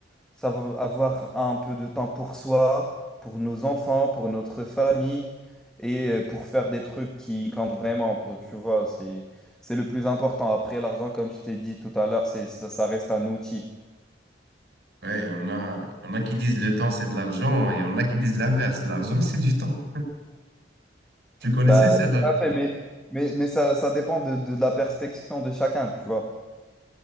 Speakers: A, in the centre; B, on the right.
A: savoir avoir un peu de temps pour soi, pour nos enfants, pour notre famille et euh, pour faire des trucs qui comptent vraiment, pour- tu vois, c'est c'est le plus important. Après, l'argent, comme je t'ai dit tout à l'heure, c'est ça, ça reste un outil.
B: Ouais, on a, on a qui disent le temps c'est de l'argent et on a qui disent l'inverse, l'argent <laughs> c'est du temps. Tu connaissais
A: Bah,
B: celle-là?
A: tout à
B: je
A: fait,
B: pense
A: mais mais, mais ça, ça dépend de, de la perspective de chacun, tu vois.